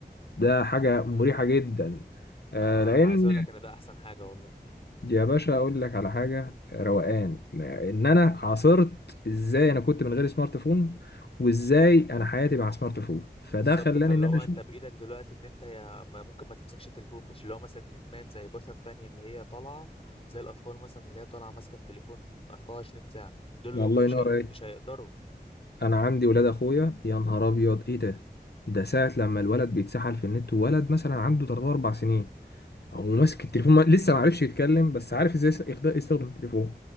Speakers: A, on the left; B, on the left.
A: ده حاجة مريحة جدا آه،
B: اه
A: لأن
B: انا عايز اقول لك ان ده احسن حاجه والله
A: يا باشا أقول لك على حاجة آه، روقان إن أنا عاصرت إزاي أنا كنت من غير سمارت فون وإزاي أنا حياتي مع سمارت فون فده
B: بالظبط
A: خلاني
B: فاللي
A: إن أنا
B: هو
A: أشوف
B: انت بايدك دلوقتي ان انت يا ما ممكن ما تمسكش التليفون مش اللي هو مثلا ادمان زي بشر تانية اللي هي طالعه زي الاطفال مثلا اللي هي طالعه ماسكه التليفون 24 ساعه دول اللي
A: الله
B: هم مش
A: ينور
B: هي-
A: عليك
B: مش هيقدروا
A: أنا عندي ولاد أخويا يا نهار أبيض إيه ده ده ساعة لما الولد بيتسحل في النت وولد مثلا عنده 3 أربع سنين هو ماسك التليفون ما... لسه ما عرفش يتكلم بس عارف ازاي يس- يخد- يستخدم التليفون